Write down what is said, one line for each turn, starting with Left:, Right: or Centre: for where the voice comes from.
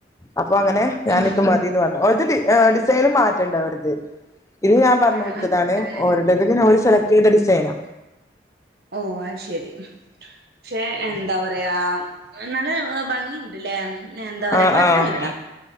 Left: അപ്പൊ അങ്ങനെ ഞാനിത്
Right: ഉം
Left: മതിന്ന് പറഞ്ഞു ഒരു ഡി ഡിസൈനും മാറ്റണ്ട് അവരത് ഇത് ഞാൻ പറഞ്ഞ
Right: ഏഹ്
Left: കൊടുത്തതാണ്
Right: അങ്ങനെ
Left: ഓരുടേത് പിന്നെ ഓര് സെലക്ട് ചെയ്ത ഡിസൈനാ
Right: ഓ അയ് ശെരി പക്ഷെ എന്താ പറയാ നല്ല ഭംഗിയി ണ്ട്ലെ എന്താ പറയാ
Left: ആഹ്
Right: കൊയപ്പല്ലടാ
Left: ആഹ്